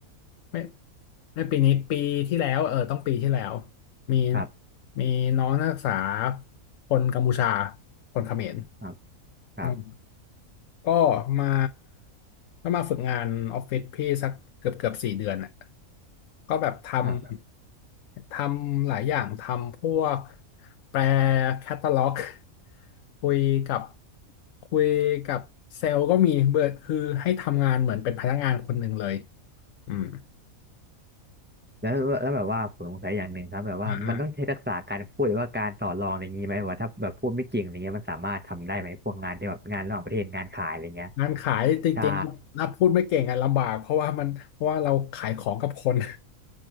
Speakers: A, on the left (about 70°); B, on the right (about 15°).
A: ไม่ไม่ปีนี้ปีที่แล้วเออต้องปีที่แล้วมี
B: ครับ
A: มีน้องนักศึกษาคนกัมพูชาคนเขมร
B: ครับครับ
A: อืม ก็มาก็มาฝึกงานออฟฟิศพี่สักเกือบเกือบสี่เดือนอ่ะก็แบบท
B: ครับ
A: ำทำหลายอย่างทำพวกแปลแคตตาล็อกคุยกับคุยกับเซลล์ก็มีเบิร์คือให้ทำงานเหมือนเป็นพนักงานคนหนึ่งเลยอืม
B: แล้วแล้วแบบว่าผมสงสัยอย่างหนึ่งครับแบบว่ามันต้องใช้ทักษะการพูดหรือว่าการต่อรองอะไรอย่างนี้ไหมว่าถ้าแบบพูดไม่เก่งอะไรเงี้ยมันสามารถทำได้ไหมพวกงานที่แบบงานระหว่างประเทศงานขายอะไรเงี้ย
A: อ่าอ่างานขายจริงๆนับพูดไม่เก่งอ่ะลำบากเพราะว่ามันเพราะว่าเราขายของกับคน
B: ใช่